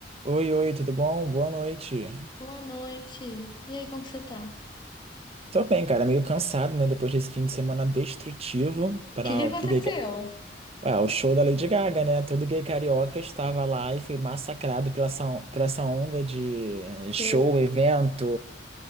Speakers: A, on the right (about 35°); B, on the left (about 25°).
A: Oi, oi, tudo bom? Boa noite.
B: Boa noite. E aí, como que você tá? O
A: Tô bem, cara, meio cansado, né? Depois desse fim de semana destrutivo para
B: que que
A: o
B: aconteceu?
A: pro gay, ca- Ué, o show da Lady Gaga, né? Todo gay carioca estava lá e foi massacrado pela essa, on- por essa onda de eh, show,
B: Eu.
A: evento,